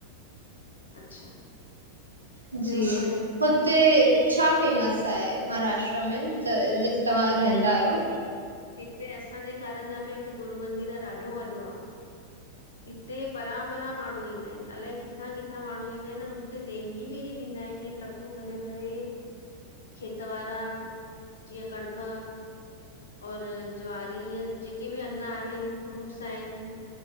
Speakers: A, on the left; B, on the right.
A: अच्छा
B: जी
A: ॿियो
B: ख़द्
A: ॿुधायो
B: <unintelligible> हुते छा फेमस आहे महाराष्ट्र में, जिते तव्हां रहंदा आहियो?
A: हिते असांजे कारंजा में हिकु गुरू मंदिर आहे, ॾाढो वॾो आह हिते परां- परां माण्हू ईंदा आहिनि अलाए किथां किथे थां माण्हू ईंदा आहिनि हुते देनगी बि हेॾी ॾींदा आहिनि इअं टकूं भरे- भरे खेेत वारा जीअं कणिक और ज्वारी ईअं, जेके बि अन आहिनि फ्रूट्स आहिनि